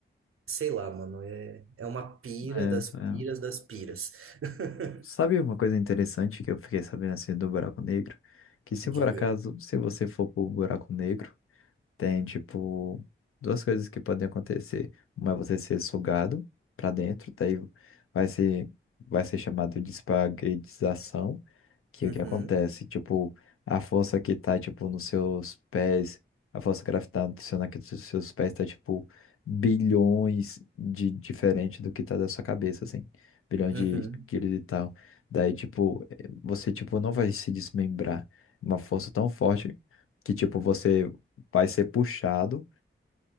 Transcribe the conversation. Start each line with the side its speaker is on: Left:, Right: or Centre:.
Right: sei lá, mano, é, é uma pira
Left: Essa
Right: das
Left: é.
Right: piras das piras. <laughs>
Left: Sabe uma coisa interessante que eu fiquei sabendo assim do buraco negro? Que se
Right: Diga.
Left: por acaso, se você for pro buraco negro, Tem, tipo, duas coisas que podem acontecer. Uma é você ser sugado para dentro, daí vai ser, vai ser chamado de espaguetização, que
Right: Uhum,
Left: é o que acontece? Tipo, a força que tá, tipo, nos seus pés, a força gravitacional que dos seus pés tá, tipo, bilhões de diferente do que tá da sua cabeça, assim. Bilhões
Right: uhum.
Left: de quilos e tal. Daí, tipo, eh, você, tipo, não vai se desmembrar. Uma força tão forte que, tipo, você vai ser puxado